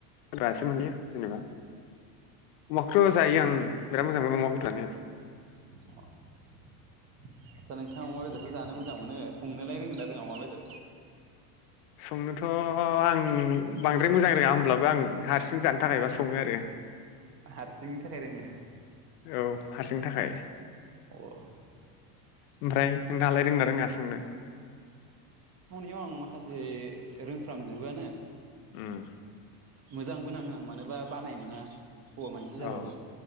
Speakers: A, on the left; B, on the right.
A: हासो मोनोयो जेनेबा मख्रस ' जायो आं बिराद मोजां मोनो ना
B: <unintelligible> आतसा नोंथा अमा बेदरखौ जानो मोजां मोनो। संनोलाय रोंगोना रोङा अमा वेदरखौबो
A: संनोथ' आं बांद्राय मोजां रोङा होमब्लाबो आं हारसिं जानो थाखायबा सङो आरो
B: हारसिं थाखाय रोङो
A: औ हारसिंनि थाखाय
B: अह
A: ओमफ्राय नों थाङालाय रोंनो रोङा संनो
B: बेयाव आं माखासे रोंफ्रामजोबोआनो
A: उम
B: मोजांबो नाङो आं मानोबा बानाय मोना हौवा मानसि जाबाबो
A: अ